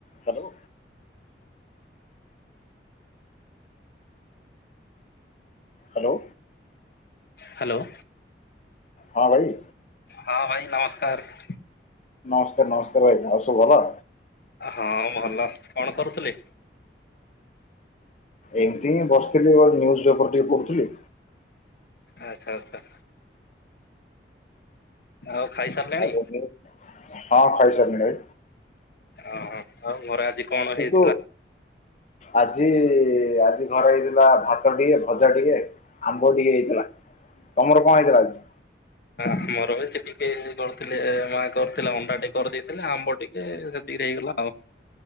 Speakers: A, on the left (about 40°); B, on the left (about 55°).
A: Hello. Hello.
B: Hello.
A: ହଁ ଭାଇ।
B: ହଁ ଭାଇ ନମସ୍କାର।
A: ନମସ୍କାର ନମସ୍କାର୍ ଭାଇ ଆଉ ସବୁ ଭଲ?
B: ହଁ ଭଲ କଣ କରୁଥିଲେ?
A: ଏମିତି ହିଁ ବସିଥିଲି ନ୍ୟୁଜ୍ ପେପର୍ ଟିକେ ପଢ଼ୁଥିଲି।
B: ଆଚ୍ଛା ଆଚ୍ଛା। ଆଉ ଖାଇସାରିଲେଣି?
A: ଆଉ ମୁଁ- ହଁ ଖାଇ ସାରିଲିଣି।
B: ଓହୋ ଆଉ ଘରେ ଆଜି କଣ
A: କିନ୍ତୁ
B: ହେଇଥିଲା?
A: ଆଜି ଆଜି ଘରେ ହେଇଥିଲା ଭାତ ଟିକେ ଭଜା ଟିକେ ଆମ୍ବ ଟିକେ ହେଇଥିଲା ତମର କଣ ହେଇଥିଲା ଆଜି?
B: ହୁଁ ମୋର ବି ସେ ଟିକେ କରିଥିଲେ ମା କରିଥିଲା ଅଣ୍ଡା ଟିକେ କରିଦେଇଥିଲେ ଆମ୍ବ ଟିକ୍ ଏ ସେତିକିରି ହେଇଗଲା ଆଉ।